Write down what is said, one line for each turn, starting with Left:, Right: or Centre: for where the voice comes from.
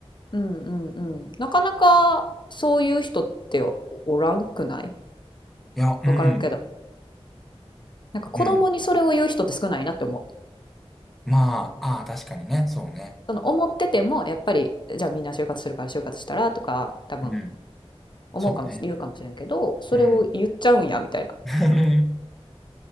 Left: うんうんうん。なかなかそういう人っておらんくない
Centre: いや、うん。
Left: わからんけど。なんか子供にそれを言う人って少ないなって思う。
Centre: うん。まあ、ああ、確かにね、そうね。
Left: その思っててもやっぱりじゃあみんな就活するから就活したらとか多分
Centre: うん。
Left: 思うかもし、
Centre: そうね。
Left: 言うかもしれんけど、それを言っちゃうんや、
Centre: うん。
Left: みたいな。
Centre: <laughs>